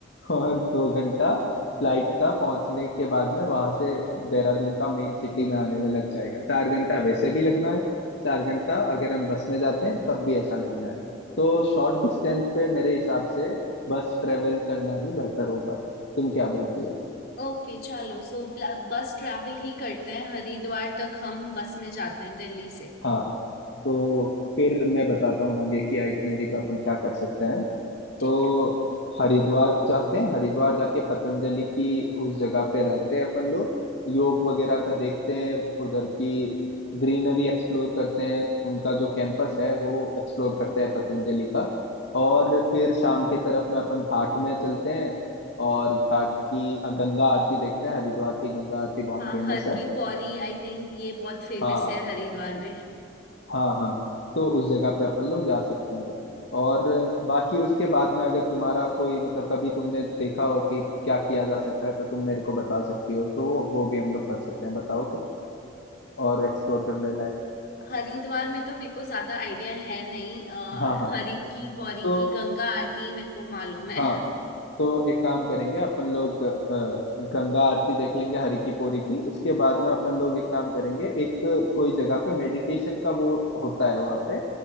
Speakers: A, on the left; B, on the left.
A: और दो घंटा फ्लाइट का पहुंचने के बाद में वहां से देहरादून का मेन सिटी में आने में लग जाएगा चार घंटा वैसे भी लगना है चार घंटा अगर हम बस में जाते हैं तब भी ऐसा लगना है तो शॉर्ट डिस्टेंस पे मेरे हिसाब से बस ट्रेवल करना ही बेहतर होगा तुम क्या बोलती हो
B: ओके चलो सो बस ट्रैवल ही करते हैं हरिद्वार तक हम बस में जाते हैं दिल्ली से
A: हाँ तो फिर मैं बताता हूँ आगे की आइटनरी पे अपन क्या कर सकते हैं
B: ठीक
A: तो
B: है
A: हरिद्वार जाते हैं हरिद्वार जाके पतंजलि की उस जगह पे रहते हैं अपन लोग योग वगैरह का देखते हैं उधर की ग्रीनरी एक्सप्लोर करते हैं उनका जो कैंपस है वो एक्सप्लोर करते हैं पतंजलि का और फिर शाम की तरफ में अपन घाट में चलते हैं और घाट की अ, गंगा आरती देखते हैं हरिद्वार की गंगा आरती बहुत
B: हाँ
A: फेमस
B: हर
A: है
B: की पौड़ी आई थिंक ये बहुत फेमस
A: हाँ
B: है हरिद्वार में
A: हाँ हाँ तो उस जगह पे अपन लोग जा सकते हैं और बाकी उसके बाद में अगर तुम्हारा कोई मतलब कभी तुमने देखा हो कि क्या किया जा सकता है तो तुम मेरे को बता सकती हो तो वो वो भी हम लोग कर सकते हैं बताओ कुछ और एक्सप्लोर करने लायक
B: हरिद्वार में तो मेरे को ज्यादा आइडिया है नहीं अ,
A: हाँ हाँ
B: हरि की पौरी
A: तो
B: की गंगा आरती मेरे को मालूम है
A: हाँ तो एक काम करेंगे अपन लोग अ, गंगा आरती देख लेंगे हरि की पौड़ी की उसके बाद में अपन लोग एक काम करेंगे एक कोई जगह पे मेडिटेशन का वो होता है वहाँ पे